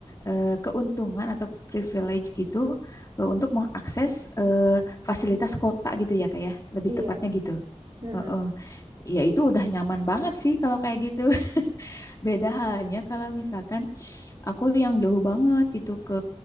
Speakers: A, on the left; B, on the right.
A: eh, keuntungan atau privilege gitu eh, untuk mengakses eh, fasilitas kota gitu ya kayak lebih
B: Iya.
A: tepatnya
B: <laughs>
A: gitu.
B: Mm-mm.
A: Heeh. Ya itu udah nyaman banget sih kalau kayak gitu. <laughs> Beda halnya kalau misalkan aku yang jauh banget gitu ke